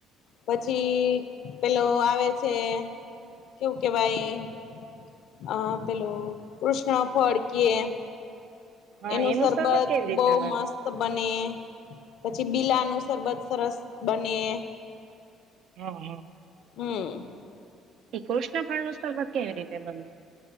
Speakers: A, on the left; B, on the right.
A: પછી પેલો આવે છે, કેવું કેવાય? પેલું કૃષ્ણ ફળ કીએ.
B: હા
A: એનું શબત
B: શરબત કેવી રીતના
A: બો
B: બને
A: મસ્ત બને. પછી બીલાનું સરબત સરસ બને.
B: હમ્મ હમ્મ
A: હમ્મ
B: ઈ કૃષ્ણ ફળ નું સરબત કેવી રીતે? એ બને